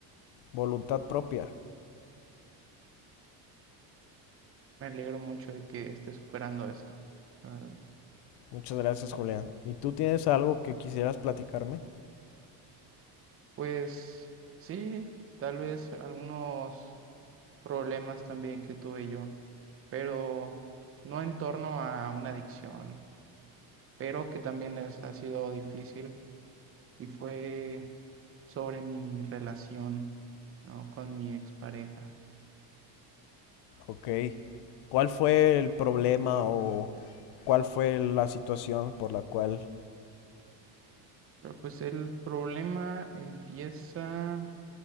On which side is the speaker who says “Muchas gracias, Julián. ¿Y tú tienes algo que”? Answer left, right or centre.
Left